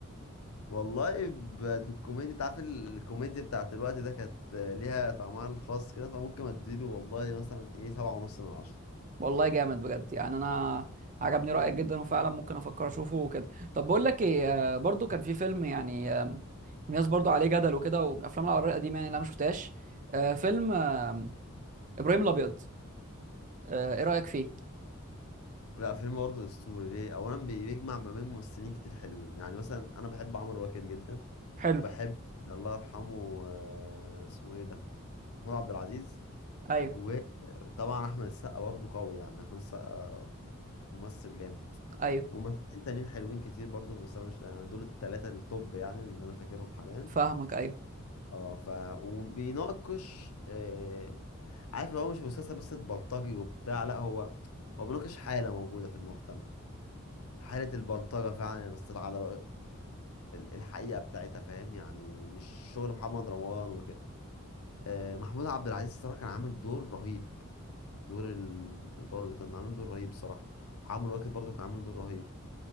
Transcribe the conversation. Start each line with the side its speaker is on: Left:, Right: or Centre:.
Left: والله ب- الكوميديا انت عارف ال- الكوميديا بتاعت الوقت ده كانت آه، ليها طعمها الخاص كده فممكن اديله والله مثلا ايه سبعة ونص من عشرة
Right: والله جامد بجد يعني انا عجبني رأيك جدا وفعلا ممكن افكر اشوفه وكده طب بقول لك ايه آه، برضو كان في فيلم يعني آم، الناس برضو عليه جدل وكده ومن الافلام العربية القديمة يعني اللي انا ما شفتهاش آه، فيلم آم، ابراهيم الابيض آه، ايه رأيك فيه
Left: لا فيلم برضه اسطوري ليه اولا بي- بيجمع ما بين ممثلين كتير حلوين يعني مثلا انا بحب عمرو واكد جدا
Right: حلو
Left: وبحب الله يرحمه آه، اسمه ايه ده محمود عبد العزيز
Right: ايوه
Left: وطبعا احمد السقا برضه قوي يعني احمد السقا ممثل جامد
Right: ايوه
Left: وممثلين تانيين حلوين كتير برضه بس انا مش يعني دول التلاتة التوب يعني اللي انا فاكرهم حاليا
Right: فاهمك ايوه
Left: اه ف وبيناقش آه... عارف لو هو مش مسلسل بس بلطجي وبتاع لا هو هو بيناقش حالة موجودة في المجتمع حالة البلطجة فعلا يعني بس على الحقيقة بتاعتها فاهم يعني مش شغل محمد رمضان وكده آه، محمود عبد العزيز الصراحة كان عامل دور رهيب دور ال... برضه كان عامل دور رهيب صراحة عمرو واكد برضه كان عامل دور رهيب